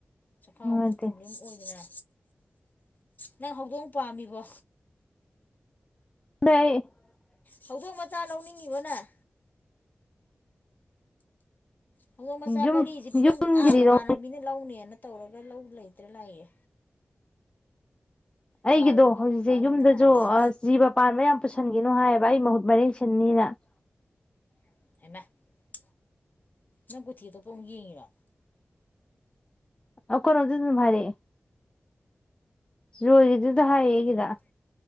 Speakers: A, on the left; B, on the left.
A: ꯆꯥꯈꯥꯎꯖꯨ
B: ꯅꯨꯡꯉꯥꯏꯇꯦ
A: ꯄꯔꯣꯕꯂꯦꯝ ꯑꯣꯏꯗꯅꯥ ꯅꯪ ꯍꯧꯗꯣꯪ ꯄꯝꯃꯤꯕꯣ
B: <inaudible> <unintelligible>
A: ꯍꯧꯗꯣꯪ ꯃꯆꯥ ꯂꯧꯅꯤꯪꯏꯕ ꯅꯪ ꯍꯧꯗꯣꯪ ꯃꯆꯥ
B: ꯌꯨꯝ
A: ꯃꯔꯤꯖꯦ ꯄꯤꯕꯝ
B: ꯌꯨꯝꯒꯤꯗꯤꯗꯣ
A: ꯑꯥ ꯃꯃꯥꯟꯅꯕꯤꯅꯥ ꯂꯧꯅꯦꯅ ꯇꯧꯔꯒꯥ ꯂꯧ ꯂꯩꯇꯔꯥ ꯂꯥꯛꯏꯌꯦ
B: ꯑꯩꯒꯤꯗꯣ
A: ꯆꯥꯎꯒꯤ ꯄꯥꯈꯪ
B: ꯍꯧꯖꯤꯛꯁꯦ
A: ꯐꯥꯈꯤꯕꯅ
B: ꯌꯨꯝꯗꯖꯨ
A: ꯍꯥꯟꯒꯤꯗ
B: ꯑꯥ ꯖꯤꯕꯥ ꯄꯥꯟꯕꯥ ꯌꯥꯝ ꯄꯨꯁꯤꯟꯒꯤꯅꯨ ꯍꯥꯏꯌꯦꯕ ꯑꯩ ꯃꯍꯨꯠ ꯃꯔꯦꯡ ꯑꯅꯤꯔꯥ <unintelligible>
A: <unintelligible> ꯅꯪ ꯀꯨꯊꯤꯗꯨꯕꯨ ꯑꯃꯨꯛ ꯌꯦꯡꯏꯔ
B: ꯑꯧ ꯀꯩꯅꯣ ꯗꯥꯖꯨ ꯑꯗꯨꯝ ꯍꯥꯏꯔꯛꯑꯦ ꯖꯣꯏꯒꯤꯗꯨ <unintelligible> ꯍꯥꯏ ꯑꯩꯒꯤꯗ
A: ꯀꯔꯤꯅꯣ